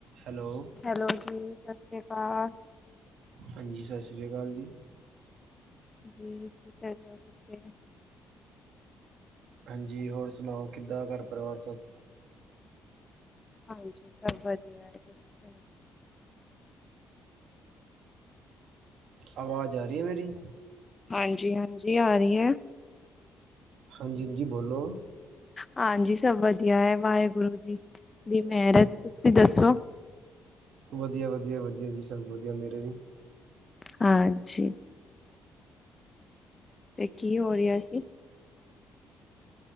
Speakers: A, on the right; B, on the left.
A: Hello
B: hello ਜੀ ਸਤਿ ਸ਼੍ਰੀ ਅਕਾਲ।
A: ਹਾਂਜੀ ਸਤਿ ਸ਼੍ਰੀ ਅਕਾਲ ਜੀ।
B: ਜੀ ਕੀ ਕਰ ਰਹੇ ਹੋ ਤੁਸੀਂ।
A: ਹਾਂਜੀ ਹੋਰ ਸੁਣਾਓ ਕਿੱਦਾਂ ਘਰ ਪਰਿਵਾਰ ਸਭ।
B: ਹਾਂਜੀ ਸਭ ਵਧੀਆ ਹੈ ਤੁਸੀਂ ਸੁਣਾਓ
A: ਆਵਾਜ਼ ਆ ਰਹੀ ਹੈ ਮੇਰੀ
B: ਹਾਂਜੀ ਹਾਂਜੀ ਆ ਰਹੀ ਹੈ
A: ਹਾਂਜੀ-ਹਾਂਜੀ ਬੋਲੋ
B: ਹਾਂਜੀ ਸਭ ਵਧੀਆ ਹੈ ਵਾਹਿਗੁਰੂ ਜੀ ਦੀ ਮਿਹਰ ਹੈ ਤੁਸੀਂ ਦੱਸੋ <unintelligible>
A: ਵਧੀਆ-ਵਧੀਆ- ਵਧੀਆ ਜੀ ਸਭ ਵਧੀਆ ਮੇਰੇ ਵੀ
B: ਹਾਂਜੀ ਜੀ ਤੇ ਕੀ ਹੋ ਰਿਹਾ ਸੀ